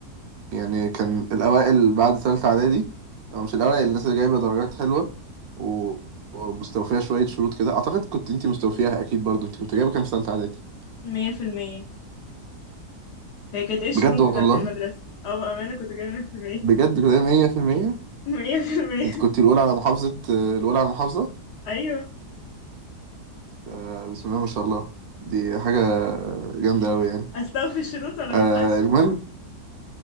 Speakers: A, on the right; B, on the left.
A: يعني كان الاوائل بعد ثالثة اعدادي او مش الاوائل الناس اللي جايبة درجات حلوة و... ومستوفية شوية شروط كده اعتقد كنت انت مستوفياها اكيد برضو انت كنت جايبة كام في ثالثة اعدادي؟
B: مية في المية هي كانت ايه الشروط
A: بجد
B: بتاعة
A: والله؟
B: المدرسة او بأمانة كنت جايبة مية في المية
A: بجد كده 100%
B: <laughs> مية في المية
A: انت كنت الاولى على محافظه الاولى على المحافظه
B: ايوه
A: آه بسم الله ما شاء الله دي حاجه جامده قوي يعني
B: استوفي الشروط ولا
A: آه
B: ملحقش
A: المهم